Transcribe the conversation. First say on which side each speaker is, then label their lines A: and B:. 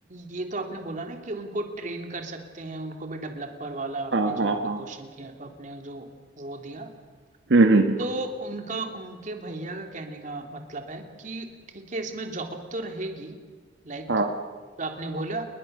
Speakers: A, on the right (about 45°); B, on the right (about 80°).
A: ये तो आपने बोला ना कि उनको ट्रेन कर सकते हैं उनको भी डेवलपर वाला आपने
B: हाँ हाँ
A: जो अभी
B: हाँ
A: क्वेश्चन किया आपने जो वो दिया
B: हम्म हम्म हम्म।
A: तो उनका उनके भैया का कहने का मतलब है कि ठीक है इसमें जॉब तो रहेगी लाइक
B: हाँ
A: जो आपने बोला